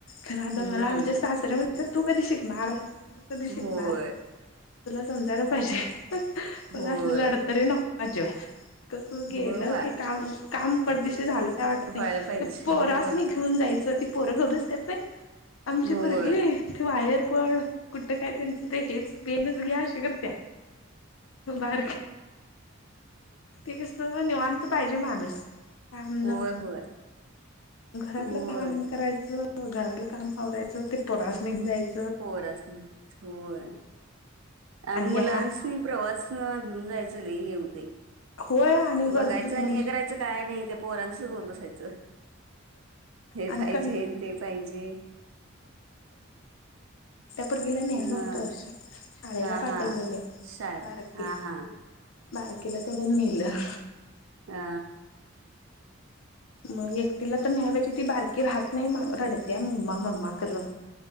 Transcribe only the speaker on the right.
हम्म
होय
होय
होय वा
व्हायला
पाहिजे
होय
होय
होय होय
होय
पोरस होय
म्बुलन्स
प्रवास घेऊन जायचं लले हे होते
ते
बघायचं आणि
हे करायचं काय नाही ते पोरांच सोबत बसायचं हे
पाहिजे
ते पाहिजे
हा
हा
हा शाळेत
हा हा
हा